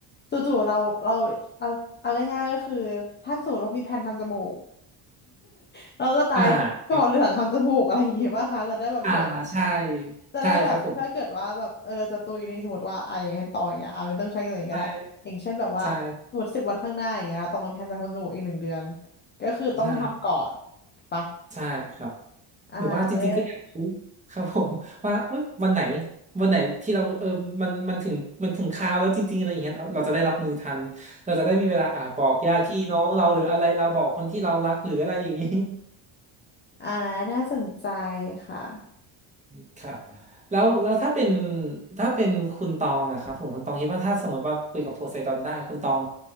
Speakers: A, on the left; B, on the right.
A: จู่ๆเราเราเอาเอาง่ายๆก็คือถ้าสมมติว่ามีแผนทำจมูก <laughs> เราจะตายก่อนเหลืองทำจมูกอะไรอย่างงี้ป่ะคะจะได้แบบสวยก่อน
B: อ่าครับอ่าใช่
A: จะได้แบบถ้าเกิดว่าแบบเออจะตุยในสมมติว่าอ่ะอย่างเช่นตองอย่างเงี้ยอ่ะไม่ต้องใช้เงินก็ได้อย่างเช่นแบบว่าสมมติสิบวันข้างหน้าอย่างเงี้ยตองเป็นแผนทำจมูกอีกหนึ่งเดือน
B: ใช่ครับผมใช่ใช่
A: ก็คือต้องทำก่อน
B: ใช่
A: ปะ
B: ใช่ครับ
A: อ่าจะได้
B: หรือว่าจริงๆก็อยากรู้ครับผมว่าเอ้ยวันไหนวันไหนที่เราเออมันมันถึงมันถึงคราวแล้วจริงๆอะไรอย่างเงี้ยเราเราจะได้รับมือทันเราจะได้มีเวลาอ่าบอกญาติพี่น้องเราหรืออะไรเราบอกคนที่เรารักหรืออะไรอย่างนี้
A: อ่าน่าสนใจค่ะ
B: <laughs> ครับแล้วแล้วถ้าเป็นถ้าเป็นคุณตองอะครับผมคุณตองคิดว่าถ้าสมมติว่าคุยกับโพไซดอนได้คุณตอง